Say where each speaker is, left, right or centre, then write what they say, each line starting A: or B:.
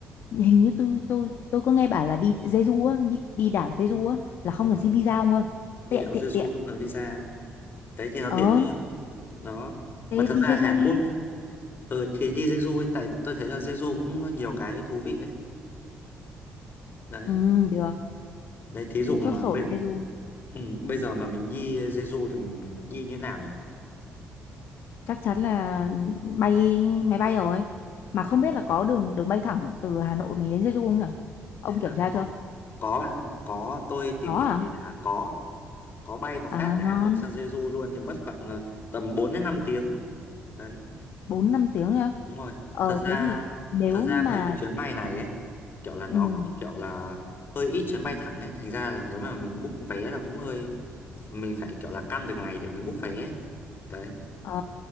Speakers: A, on the left; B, on the left.
A: hình như tôi tôi tôi có nghe bảo là đi Jeju á Đi, đi đảo Jeju á là không
B: đúng rồi
A: cần xin visa ông ơi
B: Đi
A: Tiện
B: đảo
A: tiện
B: Jeju
A: tiện
B: không cần visa Đấy thì nó
A: Ờ
B: tiện hơn Đó
A: thế
B: Mà thật
A: đi
B: ra
A: Jeju
B: Hàn
A: đi
B: Quốc nhá Ừ thì đi Jeju ấy Tại tôi thấy là Jeju cũng nhiều cái thú vị ấy Đấy
A: Ừ được
B: Đấy thí dụ
A: Thế
B: mà
A: chốt sổ
B: bây,
A: đi Jeju
B: ừ, bây giờ mà mình đi Jeju thì mình đi như nào nhỉ
A: chắc chắn là bay máy bay rồi mà không
B: Ừ.
A: biết là có đường đường bay thẳng từ Hà Nội mình đến Jeju không nhỉ ông kiểm
B: Ờ,
A: tra
B: có
A: chưa
B: có bạn ạ. có tôi tìm
A: có
B: hiểu
A: à
B: thì là có có bay một
A: à
B: phát từ
A: ngon
B: Hà Nội sang Jeju luôn thì mất khoảng ờ, tầm bốn đến năm tiếng đấy
A: bốn năm tiếng nữa
B: đúng rồi
A: ờ
B: thật ra
A: thế thì nếu
B: thật ra
A: mà
B: mấy cái chuyến bay này ấy kiểu là nó
A: ừ,
B: cũng kiểu là hơi ít chuyến bay thẳng ấy thành ra là nếu mà mình book vé là cũng hơi mình phải kiểu là căn được ngày để mình book vé ấy. đấy
A: ờ,